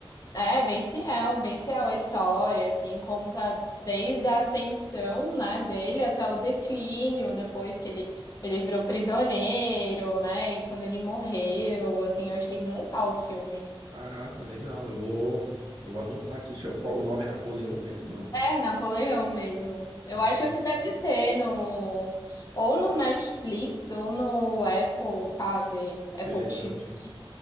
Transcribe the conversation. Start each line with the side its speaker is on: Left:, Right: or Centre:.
Left: É, bem fiel, bem fiel à história, assim, conta desde a ascensão, né, dele até o declínio, depois que ele, ele virou prisioneiro, né, e quando ele morreu, assim, eu achei bem legal o filme.
Right: Caraca, legal. Eu vou, eu vou anotar aqui. Chama, qual- o nome é Napoleão mesmo? Não.
Left: É, Napoleão mesmo. Eu
Right: Legal.
Left: acho que deve ter no ou no Netflix ou no Apple, sabe? Apple
Right: Interessante.
Left: TV.